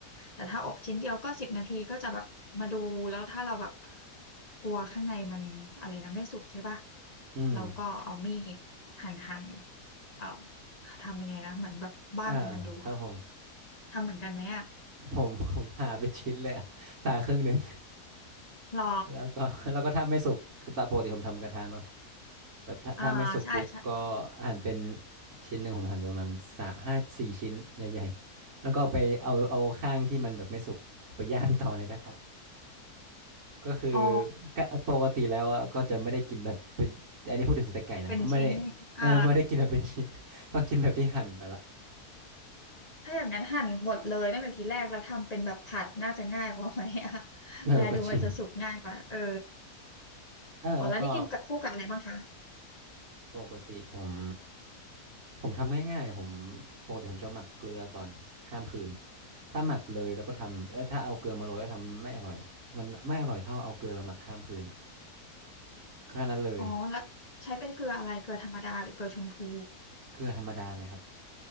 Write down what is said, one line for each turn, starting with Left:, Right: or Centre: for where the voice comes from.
Left: แต่ถ้าอบชิ้นเดียวก็สิบนาทีก็จะแบบมาดูแล้วถ้าเราแบบกลัวข้างในมันอะไรนะไม่สุกใช่ปะ
Right: อืม
Left: เราก็เอามีดหั่นหั่นเอ่อทำยังไงนะเหมือนแบบบั้งมันดูอะ
Right: อ่า ครับผม
Left: ทำเหมือนกันไหมอะ
Right: ผมผมผ่าไปนชิ้นเลยอะผ่าครึ่งหนึ่ง
Left: หรอ
Right: แล้วก็แล้วก็ถ้าไม่สุกคือตามปกติผมทำกระทะเนาะแบบถ้าถ้าไม่สุกปุ๊บก็หั่นเป็น
Left: อ่าใช่ใช่
Right: ชิ้นหนึ่งผมหั่นประมาณสามห้าสี่ชิ้นใหญ่ๆแล้วก็เอาไปเอาเอาข้างที่มันแบบไม่สุกเอาไปย่างต่อในกระทะ ก็คือ
Left: อ๋อ
Right: ก็ปกติแล้วอะก็จะไม่ได้กินแบบเป็นอันนี้พูดถึงสเต็กไก่นะก็ไม่ได้
Left: เป็นชิ้น
Right: เออไม่ได้กินแบบเป็นชิ้น
Left: อ่า
Right: <laughs> ก็กินแบบที่หั่นไปละ
Left: ถ้าอย่างนั้นหั่นหมดเลยตั้งแต่ทีแรกแล้วทำเป็นแบบผัดน่าจะง่ายกว่าไหมอะ <laughs>
Right: เออก็จริง
Left: แลดูมันจะสุกง่ายกว่า เออ
Right: เออแล้วก็
Left: อ๋อแล้วนี่กินกับคู่กับอะไรบ้างคะ
Right: ปกติผมผมทำง่ายๆผมปกติผมจะหมักเกลือก่อนข้ามคืนถ้าหมักเลยแล้วก็ทำเออถ้าเอาเกลือมาโรยแล้วทำมันไม่อร่อยอะมันไม่อร่อยเท่าเอาเกลือหมักข้ามคืนอะแค่นั้นเลย
Left: อ๋อแล้วใช้เป็นเกลืออะไรเกลือธรรมดาหรือเกลือชมพู
Right: เกลือธรรมดาเลยครับ